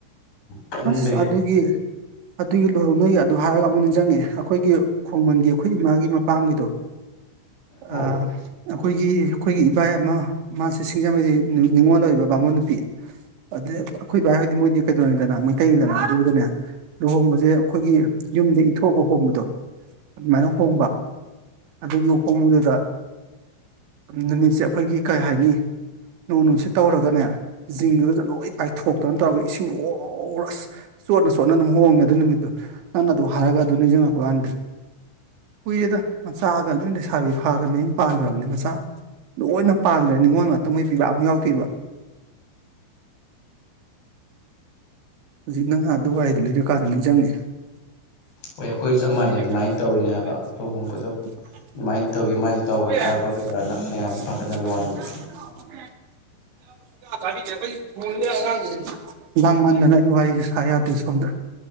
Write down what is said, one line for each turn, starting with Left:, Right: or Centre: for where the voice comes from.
Left: ꯀꯟꯃꯟꯕꯒꯤ
Right: ꯑꯁ ꯑꯗꯨꯒꯤ ꯑꯗꯨꯒꯤ ꯂꯨꯍꯧꯅꯣꯏ ꯑꯗꯨ ꯍꯥꯏꯔꯒ ꯑꯃꯨꯛ ꯅꯤꯡꯁꯤꯡꯉꯛꯑꯦ ꯑꯩꯈꯣꯏꯒꯤ ꯈꯣꯡꯃꯟꯒꯤ ꯑꯩꯈꯣꯏ ꯏꯃꯥꯒꯤ ꯃꯄꯥꯝꯒꯤꯗꯣ
Left: ꯑꯧ
Right: ꯑ ꯑꯩꯈꯣꯏꯒꯤ ꯑꯩꯈꯣꯏꯒꯤ ꯏꯕꯥꯏ ꯑꯃ ꯃꯥꯁꯤ ꯁꯤꯡꯖꯃꯩꯗꯤ ꯅꯤꯡꯅꯤꯉꯣꯜ ꯑꯣꯏꯕ ꯕꯥꯃꯣꯟ ꯅꯨꯄꯤ ꯑꯗꯨꯗꯩ ꯑꯩꯈꯣꯏ ꯏꯕꯥꯏ ꯍꯣꯏꯗꯤ ꯃꯣꯏꯗꯤ ꯀꯩꯅꯣꯅꯤꯗꯅ ꯃꯩꯇꯩꯗꯅꯦ ꯑꯗꯨꯒꯅꯦ ꯂꯨꯍꯣꯡꯕꯁꯦ ꯑꯩꯈꯣꯏꯒꯤ ꯌꯨꯝꯗ ꯏꯟꯊꯣꯛꯑꯒ ꯍꯣꯡꯕꯗꯣ ꯑꯗꯨꯃꯥꯏꯅ ꯍꯣꯡꯕ ꯑꯗꯨꯒꯤ ꯍꯣꯡꯕꯗꯨꯗ ꯅꯨꯃꯤꯠꯁꯦ ꯑꯩꯈꯣꯏꯒꯤ ꯀꯩ ꯍꯥꯏꯅꯤ ꯅꯣꯡ ꯅꯨꯡꯁꯤꯠ ꯇꯧꯔꯒꯅꯦ ꯖꯤꯡꯒꯥꯒ ꯂꫭꯏ ꯐꯥꯏ ꯊꯣꯛꯇꯅ ꯇꯧꯔꯒ ꯏꯁꯤꯡꯒ ꯋꯥꯔ ꯑꯁ ꯆꯣꯠꯅ ꯆꯣꯠꯅ ꯑꯗꯨꯝ ꯍꯣꯡꯉꯦ ꯑꯗꯨ ꯅꯨꯃꯤꯠꯇꯨ ꯅꯪ ꯑꯗꯨ ꯍꯥꯏꯔꯒ ꯑꯗꯨ ꯅꯤꯡꯁꯤꯡꯉꯛꯄ ꯀꯥꯟꯗ ꯀꯨꯏꯔꯦꯗ ꯃꯆꯥꯒ ꯂꯣꯏꯅ ꯂꯩꯁꯥꯕꯤ ꯐꯥꯗ꯭ꯔꯅ ꯃꯌꯡ ꯄꯥꯟꯈ꯭ꯔꯕꯅꯤ ꯃꯆꯥ ꯂꯣꯏꯅ ꯄꯥꯟꯗ꯭ꯔꯦ ꯅꯤꯡꯉꯣꯜ ꯉꯥꯛꯇ ꯃꯩ ꯄꯤ ꯂꯥꯛ ꯑꯃ ꯌꯥꯎꯗꯦꯕ ꯍꯧꯖꯤꯛ ꯅꯪꯍ ꯑꯗꯨꯋꯥꯏꯗꫭ ꯂꯩꯕ ꯀꯥꯟꯗ ꯅꯤꯡꯖꯪꯉꯛꯑꯦ <unintelligible>
Left: ꯍꯣꯏ ꯑꯩꯈꯣꯏ ꯆꯞ ꯃꯥꯟꯅꯩ ꯑꯗꯨꯃꯥꯏꯅ ꯇꯧꯔꯤꯅꯦ ꯍꯥꯏꯕ ꯂꯨꯍꯣꯡꯕꯗꯣ ꯑꯗꯨꯃꯥꯏꯅ ꯇꯧꯒꯦ ꯃꯥꯏꯁꯨ ꯇꯧꯒꯗ꯭ꯔꯥ ꯈꯣꯠꯀꯗ꯭ꯔꯅ ꯃꯌꯥꯝꯁꯦ ꯄꯥꯈꯠꯅꯕꯩ ꯋꯥꯅꯦꯕ
Right: ꯒꯥ ꯋꯥꯔꯤꯖꯦ ꯊꯌꯥꯗꯤ ꯁꯣꯝꯗ꯭ꯔ